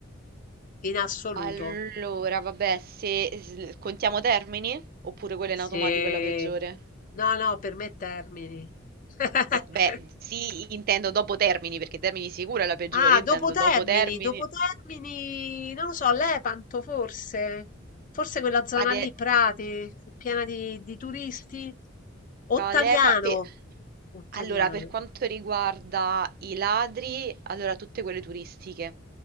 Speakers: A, on the left; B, on the right.
A: in assoluto?
B: Allora, vabbè, se s- contiamo termini, oppure quella
A: Sì,
B: in automatico è la peggiore?
A: no, no, per me Termini. <laughs>
B: Vabbè, sì, intendo dopo termini, perché termini sicuro è la peggiore,
A: Ah,
B: io
A: dopo
B: intendo
A: Termini,
B: dopo termini.
A: dopo Termini, non lo so, Lepanto forse, forse quella zona
B: Ade...
A: lì, Prati, piena di, di turisti. Ottaviano,
B: Allora, l'EPA... per-
A: Ottaviano,
B: Allora, per quanto riguarda i ladri, allora tutte quelle turistiche,